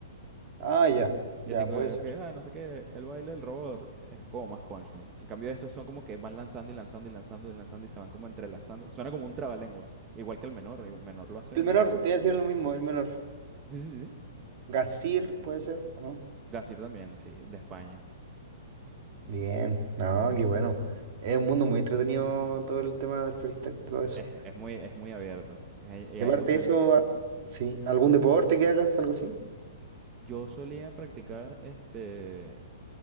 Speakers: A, on the right (about 50°); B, on the right (about 25°).
A: Ah, ya,
B: Que
A: ya,
B: sí, que,
A: puede ser.
B: que, ah, no sé qué, el baile del robot es como más punchline. En cambio, estos son como que van lanzando y lanzando y lanzando y lanzando y se van como entrelazando. Suena como un trabalengua. Igual que el menor, y el menor lo hace
A: El
B: demasiado.
A: menor, te voy a decir lo mismo, el menor.
B: Sí, sí, sí.
A: Gasir, ¿puede ser? ¿O no?
B: Gasir también, sí, de España.
A: Bien, no, qué bueno. Es un mundo muy entretenido todo el tema del freestyle y todo eso.
B: Es, es muy, es muy abierto. es- y
A: Y
B: hay
A: aparte
B: mucha
A: de eso,
B: gente.
A: a- sí, ¿algún deporte que hagas, algo así?
B: Yo solía practicar este